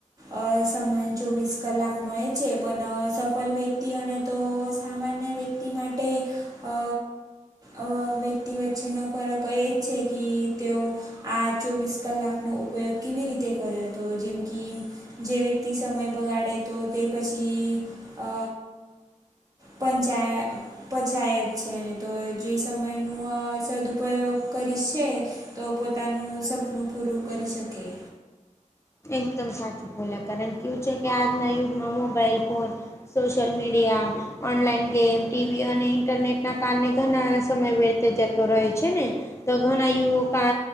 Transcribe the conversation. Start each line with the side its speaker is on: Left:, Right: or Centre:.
Right: અ સમાન ચોવીસ કલાક મળે છે, પન સફળ વ્યક્તિ અને તો સામાન્ય વ્ય તિ માટે અ અ વ્યક્તિ વચ્ચેનો ફરક એ જ છે, કે તેઓ આ ચોવીસ કલાકનો ઉપયોગ કેવી રીતે કર્યો તો જેમ કે જે વ્યક્તિ સમય બગાડે તો તે પછી અ પંચાય પંચાયત છે, અને તો જે સમયનું સદુપયોગ કરીશ છે, તો પોતાનું સપનું પૂરું કરી શકીએ.
Left: એકદમ સાચું બોલ્યા, કારણ કેવું છેકે આજના યુગમાં mobile phone social media, online game, TV અને ઇન્ટરનેટના કારણે ઘણા સમય વે તે જતો રહે છે ને. તો ઘણા યુવકા